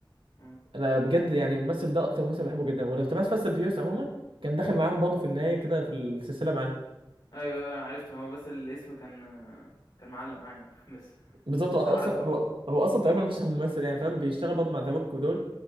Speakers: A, on the left (about 60°); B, on the right (about 85°).
A: آه،
B: انا بجد يعني الممثل ده اكتر ممثل بحبه جدا ولو تابعت فاست فيوس عموما كان دخل معاهم برضه في النهايه كده في السلسله معاهم
A: أيوه، أيوه أنا عرفته، هو بس الاسم كان كان معلّق معايا <laughs> بس،
B: بالظبط
A: بس
B: هو اصلا
A: عارفه،
B: هو
A: عارفه،
B: هو اصلا تقريبا مش ممثل يعني فاهم بيشتغل برضه مع ذا روك ودول